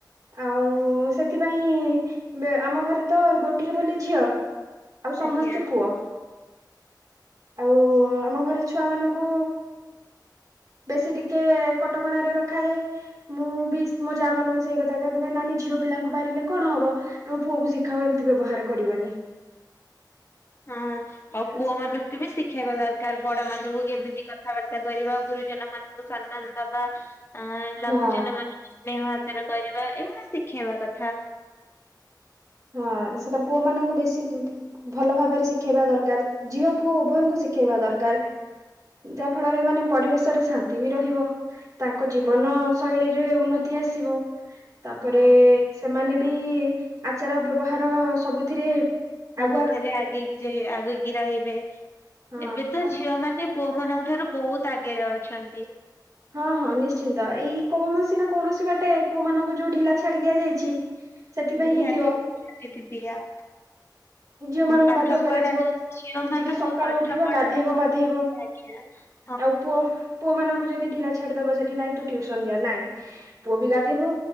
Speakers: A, on the right; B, on the left.
A: ଆଉ ସେଥିପାଇଁ ଆମ ଘରେ ତ ଗୋଟିଏ ବୋଲି ଝିଅ, ଆଉ ସମସ୍ତେ
B: ଆଜ୍ଞା।
A: ପୁଅ। ଆଉ ଆମ ଘରେ ଛୁଆମାନଙ୍କୁ ବେଶୀ ଟିକେ କଟକଣାରେ ରଖାଯାଏ, ମୁଁ ବି ମୋ ଯା ମାନଙ୍କୁ ସେଇ କଥା ତାଦିହରେ ନାନୀ ଝିଅ ପିଲାଙ୍କୁ ବାରିଲେ କଣ ହବ, ଆମେ ପୁଅକୁ ଶିଖା ହବ ଏମିତି ବ୍ୟବହାର କରିବନି।
B: ହଁ ଆଉ
A: ହଁ
B: ପୁଅମାନଙ୍କୁ ବି ଶିଖେଇବା ଦରକାର, ବଡମାନଙ୍କୁ କେମିତି କଥାବାର୍ତ୍ତା କରିବା ଗୁରୁ ଜନମାନଙ୍କୁ ସମ୍ମାନ ଦବା, ଆ
A: ହଁ
B: ଲଘୁଜନ ମାନଙ୍କୁ ସ୍ନେହ ହାତରେ କରିବା ଏଇଭଳି ଶିଖେଇବା କଥା।
A: ହଁ ସେଟା ପୁଅମାନଙ୍କୁ ବେଶୀ ଭଲ ଭାବରେ ଶିଖେଇବା ଦରକାର। ଝିଅ ପୁଅ ଉଭୟଙ୍କୁ ଶିଖେଇବା ଦରକାର ଯାହା ଫଳରେ ମାନେ ପରିବେଶରେ ଶାନ୍ତି, ବି ରହିବ ତାଙ୍କ ଜୀବନ ଶୈଳୀରେ ଉନ୍ନତି ଆସିବ ତାପରେ
B: ହଁ
A: ସେମାନେ ବି ଆଚାର ବ୍ୟବହାର ସବୁଥିରେ,
B: ସବୁଥିରେ
A: ଆଗୁଆ ରଖନ୍ତି
B: ଆଗେଇି ଯାଇ ଆଗକି ରହିବେ
A: ହଁ
B: ଏବେ ତ
A: ଆଉ
B: ଝିଅମାନେ ପୁଅମାନେ ମାନଙ୍କ ଠାରୁ ବହୁତ ଆଗରେ ଅଛନ୍ତି।
A: ହଁ ହଁ, ନିଶ୍ଚିନ୍ତ ଏଇ କୌଣସି ନା କୌଣସି ବାଟେ ପୁଅ ମାନଙ୍କୁ ଯୋଉ ଢିଲା ଛାଡି ଦିଆଯାଇଛି। <inaudible>
B: ନିହାତି
A: ହେଇଥିବ
B: <unintelligible> ହଁ
A: ଝିଅ ମାନଙ୍କୁ
B: ପାଠପଢା
A: ବାଧ୍ୟ କରାଯିବ
B: ଝିଅ ମାନଙ୍କୁ
A: ଯେ କି ସକାଳୁ
B: ପାଠ
A: ଉଠିବ
B: ପଢାରେ
A: ଗାଧେଇବ
B: ବହୁତ
A: ପାଧେଇବ
B: <unintelligible>
A: ଆଉ ପୁଅ ପୁଅ ମାନଙ୍କୁ ଯଦି ଢିଲା ଛାଡିଦବା ସେଠି ନାଇଁ ଟିଉସନ ଯା ନାଇଁ ପୁଅ ବି ଗାଧେଇବ,